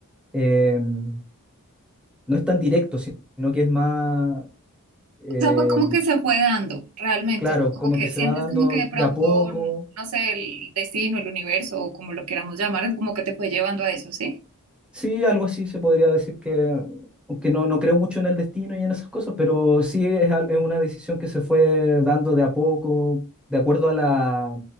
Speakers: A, in the centre; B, on the right.
A: eh, no es tan directo, sino que es más, eh,
B: O sea, fue como que se fue dando realmente,
A: claro,
B: o sea, como
A: como
B: que
A: que se
B: sientes
A: va dando
B: como que de pronto,
A: de a poco
B: no sé, el destino, el universo o como lo queramos llamar, es como que te fue llevando a eso, ¿sí?
A: Sí, algo así se podría decir que, aunque no, no creo mucho en el destino y en esas cosas, pero sí es, al- es una decisión que se fue dando de a poco, de acuerdo a la,